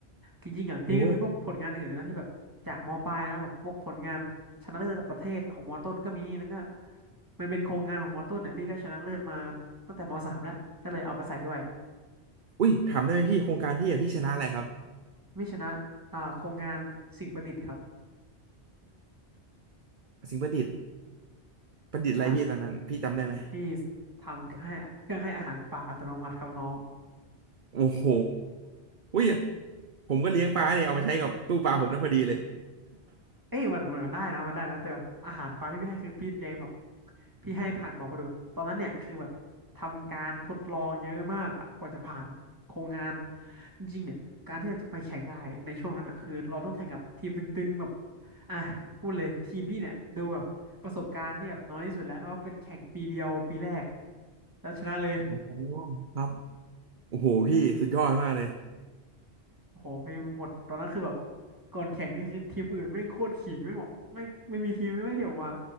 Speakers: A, on the right; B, on the right.
A: จริงๆอ่ะพี่ก็มีพวกผลงานอื่นนะที่แบบจากมปลายนะแบบพวกผลงานชนะเลิศระดับประเทศของมต้นก็มีแล้วก็
B: โอ้
A: มันเป็นโครงงานของมต้นเนี่ยพี่ก็ชนะเลิศมาตั้งแต่มสามแล้วก็เลยเอามาใส่ด้วย
B: อุ้ยถามได้ไหมพี่โครงการพี่อะพี่ชนะอะไรครับ
A: ไม่ชนะอ่าโครงงานสิ่งประดิษฐ์ครับ
B: สิ่งประดิษฐ์ ประดิษฐ์อะไรพี่ตอนนั้นพี่จำได้ไหม
A: ใช่พี่ทำเครื่องให้เครื่องให้อาหารปลาอัตโนมัติครับน้อง
B: โอ้โหอุ้ยผมก็เลี้ยงปลาเนี่ยเอามาใช้กับตู้ปลาผมได้พอดีเลย
A: เอ้ยมันมันได้นะมันได้นะแต่แบบอาหารปลาที่พี่ให้คือพี่เลี้ยงแบบพี่ให้ผ่านบ่อปลาดุกตอนนั้นเนี่ยคือแบบทำการทดลองเยอะมากอะกว่าจะผ่านโครงงานจริงๆเนี่ยการที่เราจะไปแข่งได้ในช่วงนั้นอ่ะคือเราต้องแข่งกับทีมตึงๆแบบอ่ะพูดเลยทีมพี่เนี่ยดูแบบประสบการณ์ที่แบบน้อยที่สุดแล้วเพราะเป็นแข่งปีเดียวปีแรกแล้วชนะเลย
B: <laughs> โอ้โหครับโอ้โหพี่สุดยอดมากเลย
A: โอ้โหพี่หมดตอนนั้นคือแบบก่อนแข่งนี่คือทีมอื่นแม่งโคตรขิงไม่บอกไม่งไม่มีทีมไม่เถียงว่า